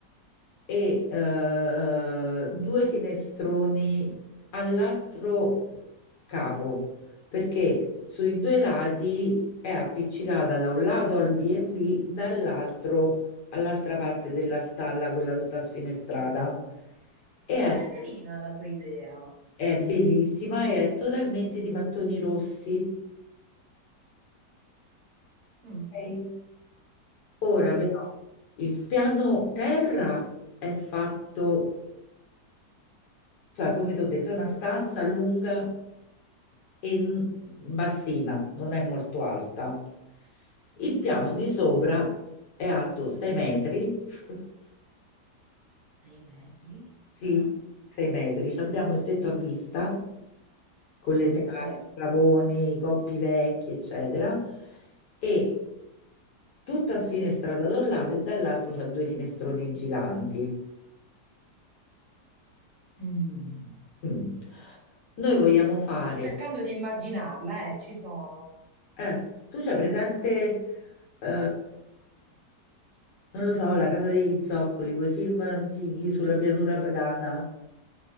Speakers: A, on the left; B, on the right.
A: e eh, due finestroni all'altro capo, perché sui due lati è appiccicata da un lato al B&B, dall'altro all'altra parte della stalla, quella tutta sfinestrata. E
B: sembra
A: è,
B: carina la tua idea.
A: è bellissima e è totalmente di mattoni rossi.
B: Mm,
A: Ok? Ora
B: sì,
A: però il piano terra è fatto, cioè come ti ho detto, è una stanza lunga e n- bassina, non è molto alta. Il piano di sopra è alto 6 metri, <laughs>
B: sei metri.
A: sì,
B: eh?
A: 6 metri. Ci Abbiamo il tetto a vista con le
B: Ok.
A: travi, i travoni, i coppi vecchi, eccetera, e tutta sfinestrata da un lato e dall'altro c'ha due finestroni giganti.
B: Mm.
A: Mm. Noi vogliamo fare
B: Sto cercando di immaginarla, eh, ci sono.
A: Eh, tu c'hai presente, eh, non lo so, La casa degli zoccoli, quei film antichi sulla pianura padana,